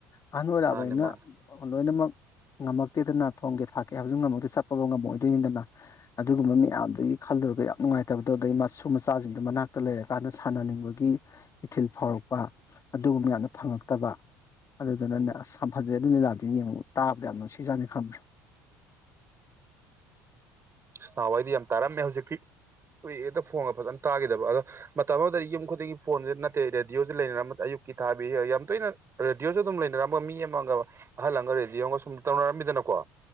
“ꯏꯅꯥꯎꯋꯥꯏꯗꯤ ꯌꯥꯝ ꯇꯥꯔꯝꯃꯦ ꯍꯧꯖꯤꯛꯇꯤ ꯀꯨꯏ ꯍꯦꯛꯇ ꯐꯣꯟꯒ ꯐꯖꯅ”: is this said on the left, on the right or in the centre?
Right